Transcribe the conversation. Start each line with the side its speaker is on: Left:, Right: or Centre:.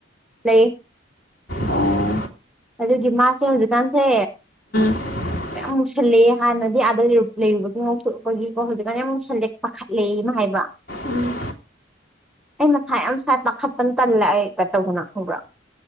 Centre: ꯂꯩꯌꯦ
Left: ꯑꯣ
Centre: ꯑꯗꯨꯒꯤ ꯃꯥꯁꯦ ꯍꯧꯖꯤꯛꯀꯥꯟꯁꯦ
Left: <inaudible>
Centre: ꯃꯌꯥꯝ ꯃꯨꯁꯜꯂꯦꯌꯦ ꯍꯟꯅꯗꯤ ꯑꯗꯥ ꯂꯩ ꯂꯩꯔꯨꯕꯒꯤ ꯉꯥꯎꯊꯣꯛꯄꯒꯤꯀꯣ ꯍꯧꯖꯤꯛꯀꯥꯟ ꯌꯥꯝ ꯃꯨꯁꯜꯂꯦ ꯄꯥꯈꯠꯂꯦꯌꯦ ꯃꯥ ꯍꯥꯏꯕ
Left: ꯎꯝ
Centre: ꯑꯩ ꯃꯊꯥ ꯌꯥꯝ ꯁꯥꯏ ꯄꯥꯈꯠꯄꯅ ꯇꯜꯂ ꯑꯩ ꯀꯥ ꯇꯧꯗꯅ ꯈꯪꯕ꯭ꯔꯥ